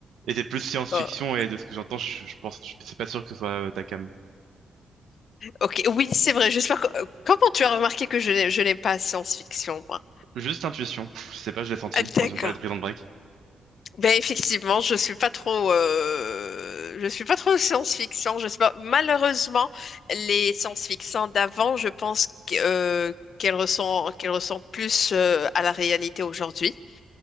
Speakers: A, on the right; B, on the left.
A: Et c'est plus science-fiction
B: oh.
A: et de ce que j'entends, je, je pense, je suis pas sûr que ce soit euh, ta cam.
B: Ok, oui, c'est vrai. J'espère que... euh, Comment tu as remarqué que je n'ai- je n'aime pas la science-fiction, moi?
A: Juste intuition. Pff, Je sais pas, je l'ai senti
B: Ah, d'accord.
A: quand tu me parlais de Prison Break.
B: Ben effectivement, je suis pas trop, euh, je suis pas trop science-fiction. Je sais pas. Malheureusement, les science-fiction d'avant, je pense que, euh, qu'elles ressemblent, qu'elles ressemblent plus euh, à la réalité aujourd'hui.